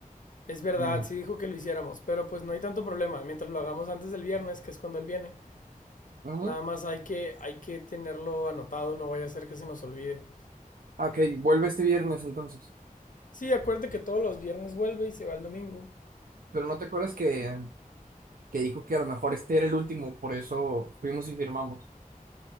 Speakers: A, on the left; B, on the right.
A: Es verdad,
B: Mm.
A: sí dijo que lo hiciéramos, pero pues no hay tanto problema. Mientras lo hagamos antes del viernes, que es cuando él viene,
B: Ajá.
A: nada más hay que, hay que tenerlo anotado, no vaya a ser que se nos olvide.
B: Ah, Ok, vuelve este viernes entonces.
A: Sí, acuérdate que todos los viernes vuelve y se va el domingo.
B: Pero no te acuerdas que que dijo que a lo mejor este era el último, por eso fuimos y firmamos.